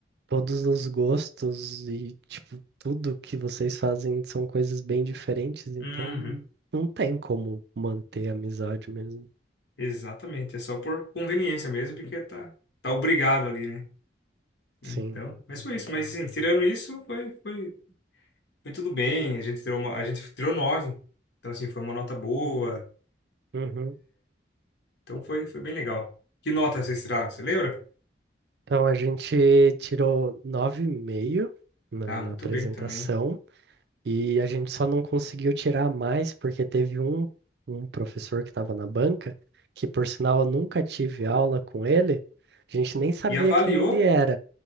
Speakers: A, on the right; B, on the left.
A: todos os gostos e, tipo, tudo que vocês fazem são coisas bem diferentes, então
B: Uhum.
A: não tem como manter a amizade mesmo.
B: Exatamente. É só por conveniência mesmo, porque tá, tá obrigado ali, né? Então,
A: Sim.
B: mas foi isso. Mas assim, tirando isso, foi, foi, foi tudo bem. A gente tirou uma, a gente tirou nove. Então, assim, foi uma nota boa.
A: Uhum.
B: Então, foi, foi bem legal. Que nota vocês tiraram? Você lembra?
A: Então a gente tirou 9,5 na,
B: Ah,
A: na
B: muito
A: apresentação
B: bem também.
A: e a gente só não conseguiu tirar mais porque teve um, um professor que estava na banca, que por sinal eu nunca tive aula com ele, a gente nem sabia
B: E avaliou?
A: quem ele era.